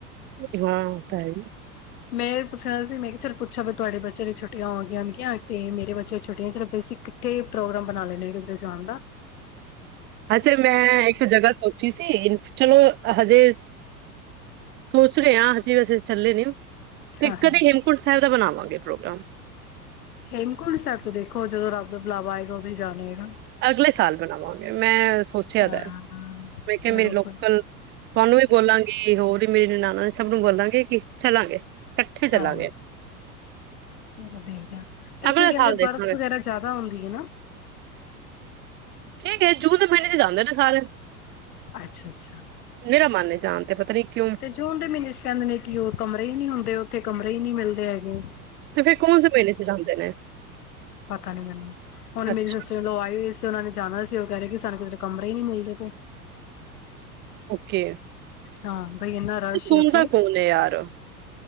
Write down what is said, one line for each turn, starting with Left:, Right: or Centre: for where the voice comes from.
Right: ਚਲੋ ਹਾਂ ਤਾਂ ਹੈ
Left: ਮੈਂ ਪੁੱਛਣਾ ਸੀ ਮੈਂ ਕਿਹਾ ਚਲ ਪੁੱਛਿਆ ਵੀ ਤੁਹਾਡੇ ਬੱਚਿਆਂ ਦੀ ਛੁੱਟੀਆਂ ਹੋ ਗਈਆਂ ਹੋਗੀਆਂ ਤੇ ਮੇਰੇ ਬੱਚਿਆਂ ਛੁੱਟੀਆਂ ਅਸੀਂ ਕੱਠੇ ਪ੍ਰੋਗਰਾਮ ਬਣਾ ਲੈਣੇ ਕਿੱਧਰੇ ਜਾਣ ਦਾ।
Right: ਅੱਛਾ ਮੈਂ ਇੱਕ ਜਗ੍ਹਾ ਸੋਚ ਚਲੋ ਹਜੇ ਸੋ ਸੋਚ ਰਏ ਆਂ ਹਜੇ ਵੈਸੇ ਅਸੀ ਚੱਲੇ ਨੀ ਤੇ
Left: ਹਾਂ-ਹਾਂ
Right: ਕਦੀ ਹੇਮਕੁੰਟ ਸਾਹਿਬ ਦਾ ਬਣਾਵਾਂਗੇ ਪ੍ਰੋਗਰਾਮ
Left: ਹੇਮਕੁੰਟ ਸਾਹਿਬ ਤੋਂ ਦੇਖੋ ਜਦੋਂ ਰਬ ਦਾ ਬੁਲਾਵਾ ਆਏਗਾ ਉਦੋਂ ਈ ਜਾਣਾ ਐ ਨਾ।
Right: ਅਗਲੇ ਸਾਲ ਬਣਾਵਾਂਗੇ ਮੈਂ ਸੋਚਿਆ
Left: ਹਾਂ
Right: ਦੈ। ਪੇਕੇ
Left: ਚਲੋ
Right: ਮੇਰੇ ਲੋਕਲ,
Left: ਕੋਈ
Right: ਤੁਆਨੂੰ ਵੀ ਬੋਲਾਂਗੀ ਹੋਰ ਮੇਰੀ ਨਨਾਨਾਂ ਨੇ ਸਭ ਨੂੰ ਬੋਲਦਾਂਗੇ ਕਿ ਚੱਲਾਂਗੇ ਇਕੱਠੇ ਚੱਲਾਂਗੇ
Left: ਹਾਂ, ਚੱਲੋ ਦੇਖਦੇ ਆ, ਤੇ ਉੱਥੇ
Right: ਅਗਲੇ
Left: ਕਹਿੰਦੇ
Right: ਸਾਲ ਦੇਖਾਂਗੇ
Left: ਬਰਫ਼ ਵਗੈਰਾ ਜ਼ਿਆਦਾ ਹੁੰਦੀ ਹੈ ਨਾ।
Right: ਠੀਕ ਹੈ ਜੂਨ ਦੇ ਮਹੀਨੇ ਚ ਜਾਂਦੇ ਨੇ ਸਾਰੇ।
Left: ਅੱਛਾ-ਅੱਛਾ।
Right: ਮੇਰਾ ਮਨ ਏ ਜਾਣ ਤੇ ਪਤਾ ਨੀ ਕਿਉਂ
Left: ਤੇ ਜੂਨ ਦੇ ਮਹੀਨੇ ਚ ਕਹਿੰਦੇ ਨੇ ਕਿ ਉਹ ਕਮਰੇ ਹੀ ਨਹੀ ਹੁੰਦੇ ਉੱਥੇ ਕਮਰੇ ਹੀ ਨਹੀ ਮਿਲਦੇ ਹੈਗੇ।
Right: ਤੇ ਫਿਰ ਕੌਣ ਸੇ ਮਹੀਨੇ ਚ ਜਾਂਦੇ ਨੇ।
Left: ਪਤਾ ਨੀ ਮੈਨੂੰ ਹੁਣ ਮੇਰੀ
Right: ਅੱਛਾ
Left: ਸਿਸਟਰ ਇਨ ਲੌ ਆਈ ਹੋਔਈ ਸਨ। ਉਹਨਾਂ ਨੇ ਜਾਣਾ ਸੀ ਉਹ ਕਹਿ ਰਹੇ ਕਿ ਸਾਨੂੰ ਕੁਛ ਲੋਗ ਕਮਰੇ ਈ ਨੀ ਮਿਲਦੇ ਪਏ।
Right: ਓਕੇ
Left: ਹਾਂ। ਬਈ ਇੰਨਾ ਰਸ਼
Right: ਸੁਣਦਾ
Left: ਹੈ ਉੱਥੇ
Right: ਕੌਣ ਹੈ ਯਾਰ